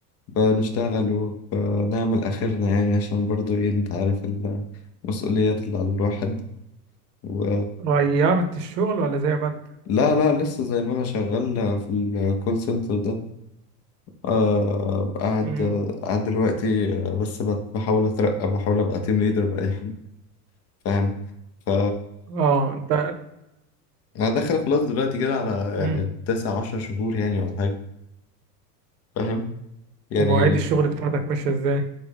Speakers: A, on the left; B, on the right.
A: بنشتغل وبنعمل اخرنا يعني عشان برضو ايه انت عارف المسؤوليات اللي على الواحد و
B: غيرت الشغل ولا زي ما انت
A: لا لا لسه زي ما انا شغال في الكول سنتر ده آه قاعد
B: امم
A: قاعد دلوقتي آه، بس بت- بحاول اترقى بحاول ابقى تيم ليدر بأي حد فاهم ف
B: اه انت
A: انا داخل خلاص دلوقتي كده على
B: امم
A: يعني تسع عشر شهور يعني ولا حاجة فاهم يعني
B: ومواعيد الشغل بتاعتك ماشيه ازاي